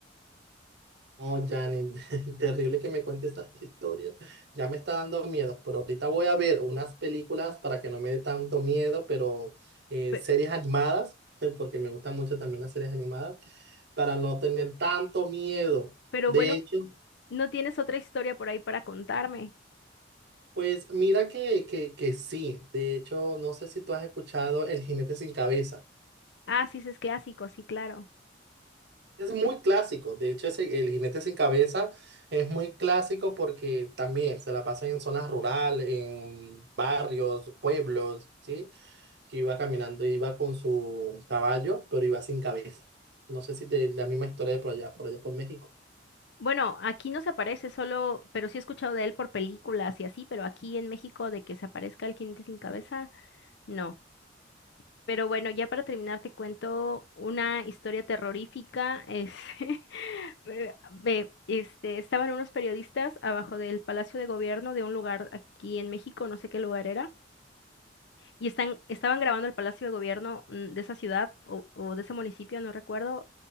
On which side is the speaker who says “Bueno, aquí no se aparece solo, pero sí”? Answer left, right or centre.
Left